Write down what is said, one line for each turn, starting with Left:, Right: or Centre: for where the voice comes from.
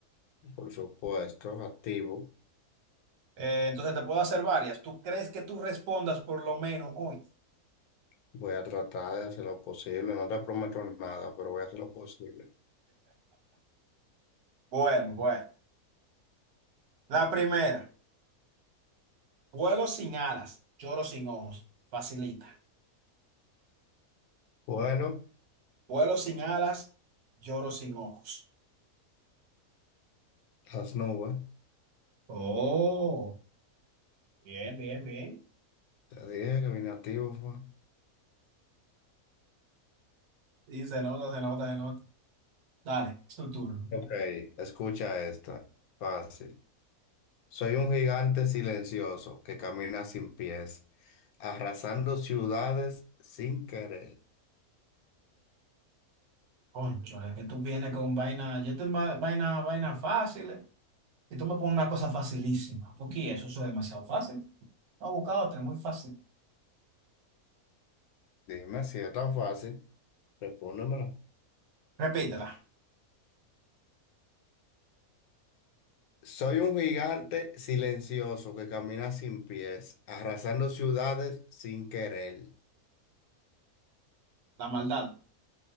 Left: Por supuesto, activo.
Right: Eh, entonces te puedo hacer varias. ¿Tú crees que tú respondas por lo menos hoy?
Left: Voy a tratar de hacer lo posible. No te prometo nada, pero voy a hacer lo posible.
Right: Bueno, bueno. La primera, vuelo sin alas, lloro sin ojos. Facilita.
Left: Bueno,
Right: Vuelo sin alas, lloro sin ojos.
Left: las nubes.
Right: Oh, bien, bien, bien.
Left: Te dije que vine activo, fue.
Right: Sí, se nota, se nota, se nota. Dale, es tu turno.
Left: Ok, escucha esta. Fácil. Soy un gigante silencioso que camina sin pies, arrasando ciudades sin querer.
Right: Cónchale, que tú vienes con vaina, yo te ma- vaina, vaina fáciles y tú me pones una cosa facilísima. Porque eso, eso es demasiado fácil. No, busca otra, muy fácil.
Left: Dime si es tan fácil. Respóndemela.
Right: Repítela.
Left: Soy un gigante silencioso que camina sin pies, arrasando ciudades sin querer.
Right: La maldad,